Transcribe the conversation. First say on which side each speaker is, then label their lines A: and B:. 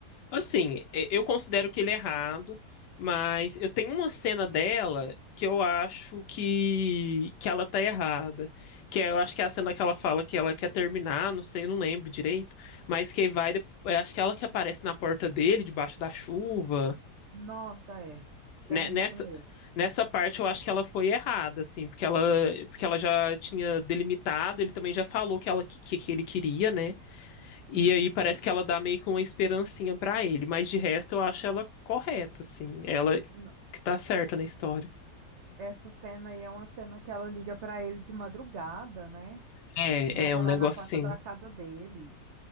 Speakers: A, on the left; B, on the right.
A: assim, é- eu considero que ele é errado, mas eu tenho uma cena dela que eu acho que, que ela tá errada, que é, eu acho que é a cena que ela fala que ela quer terminar, não sei, eu não lembro direito, mas que vai, dep- eu acho que ela que aparece na porta dele, debaixo da chuva,
B: Nossa, é. Tem
A: né, nessa,
B: isso mesmo.
A: nessa parte eu acho que ela foi errada, assim, porque ela, porque ela já tinha delimitado, ele também já falou que ela, que que ele queria, né? E
B: Uhum.
A: aí parece que ela dá meio que uma esperancinha pra ele, mas de resto eu acho ela correta, assim. Ela
B: No-
A: que tá certa na história.
B: Essa cena aí é uma cena que ela liga pra ele de madrugada, né?
A: É,
B: E vai
A: é
B: parar
A: um negócio
B: na porta
A: assim.
B: da casa dele.